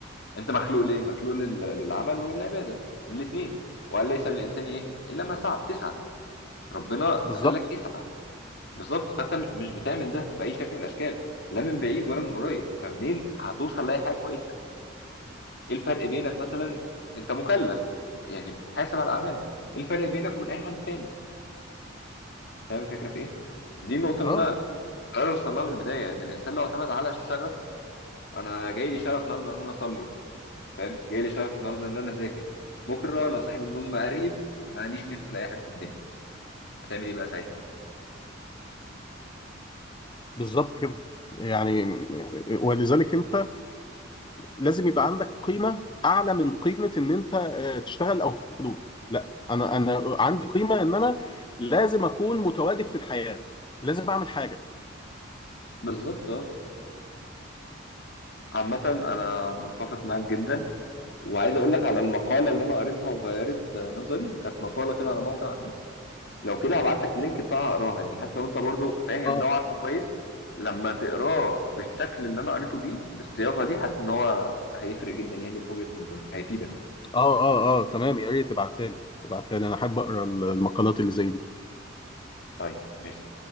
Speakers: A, on the left; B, on the left.
A: انت مخلوق ليه مخلوق لل... للعمل وللعباده الاثنين وقال ليس للانسان ايه الا ما سعى بتسعى ربنا
B: بالظبط
A: قال لك اسعى بالظبط فانت م- مش بتعمل ده باي شكل من الاشكال لا من بعيد ولا من قريب فمنين هتوصل لاي حاجه كويسه ايه الفرق بينك مثلا انت مكلف يعني بتتحاسب على اعمالك ايه الفرق بينك وبين اي حد تاني فاهم الفكره في ايه دي النقطه اللي
B: اه
A: انا كنت عايز اوصل لها من البدايه ان الانسان لو اعتمد على الشغف انا جاي لي شغف النهارده ان انا اصلي فاهم جاي لي شغف النهارده ان انا اذاكر بكره انا صاحي من النوم مقريف ماليش نفس لاي حاجه في الدنيا هتعمل ايه بقى ساعتها
B: بالظبط كده يعني ولذلك انت لازم يبقى عندك قيمه اعلى من قيمه ان انت آه، تشتغل او تجيب فلوس لا انا انا عندي قيمه ان انا لازم اكون متواجد في الحياه لازم اعمل حاجه
A: بالظبط اه عامة أنا متفق معاك جدا وعايز أقول لك على المقالة اللي أنا قريتها وغيرت نظري كانت مقالة كده على موقع على النت لو كده هبعت لك اللينك بتاعها أقراها يعني حتى لو أنت برضو فاهم
B: اه
A: ده وعارفه كويس لما تقراه بالشكل اللي أنا قريته بيه بالصياغة دي حاسس إن هو هيفرق جدا يعني في وجهة نظرك هيفيدك
B: اه اه اه تمام يا ريت تبعتها لي تبعتها لي انا احب اقرا المقالات اللي زي دي
A: طيب ماشي